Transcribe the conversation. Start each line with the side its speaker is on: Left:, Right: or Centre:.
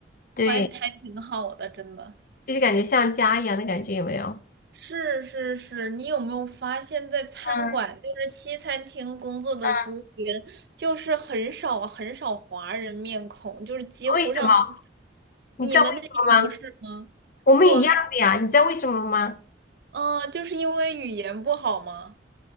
Left: 对。
Right: 还还挺好的，真的。
Left: 就是感觉像家一样的感觉，有没有？
Right: 是是是，你有没有发现，在餐馆，
Left: 嗯，
Right: 就是西餐厅工作的服务员，
Left: 嗯。
Right: 就是很少很少华人面孔，就是几乎上都是
Left: 为什么？你知道为什么吗？
Right: 你们那边不是吗？
Left: 我们一样的呀，
Right: 我们
Left: 你知道为什么吗？
Right: 嗯、就是因为语言不好吗？